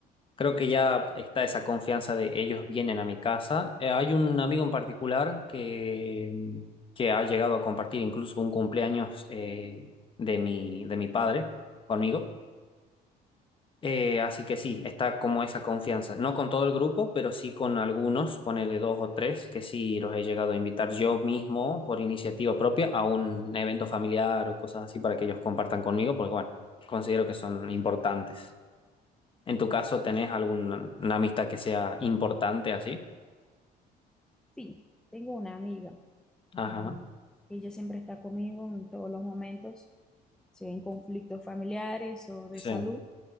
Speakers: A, on the left; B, in the centre.
A: creo que ya está esa confianza de ellos vienen a mi casa. Eh, hay un amigo en particular que, que ha llegado a compartir incluso un cumpleaños eh, de mi, de mi padre conmigo. Eh, así que sí, está como esa confianza. No con todo el grupo, pero sí con algunos, ponele dos o tres, que sí los he llegado a invitar yo mismo por iniciativa propia a un evento familiar o cosas así para que ellos compartan conmigo, porque bueno, considero que son importantes. En tu caso, ¿tenés alguna una amistad que sea importante así?
B: Sí, tengo una amiga
A: Ajá,
B: y ella siempre está conmigo en todos los momentos, sea en conflictos familiares o de
A: sí.
B: salud,